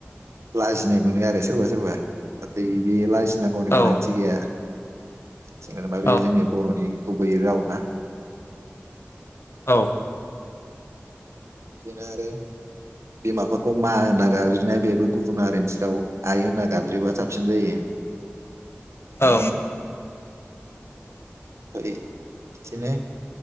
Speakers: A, on the right (about 80°); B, on the left (about 60°).
A: लाजिनाय मोनो आरो सोरबा सोरबा नाथाय बे लाजि नांगनि
B: औ
A: गोनांथि गैया । <unintelligible> बे
B: औ
A: जोंनि बर'नि गुबैयै राव ना ।
B: औ ।
A: बिदिनो आरो बिमाफोरखौ मा होना गाज्रिनाया बेबो गुबुन हारि निसो राव आइ होनना गाबज्रिबा साबसिन जायो ।
B: औ
A: <unintelligible> बिदिनो